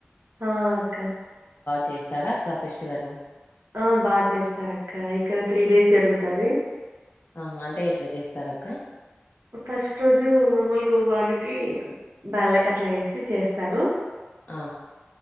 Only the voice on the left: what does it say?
చేస్తార అక్క ఫెస్టివల్
ఆ అంటే ఎట్లా చేస్తారక్క
ఆ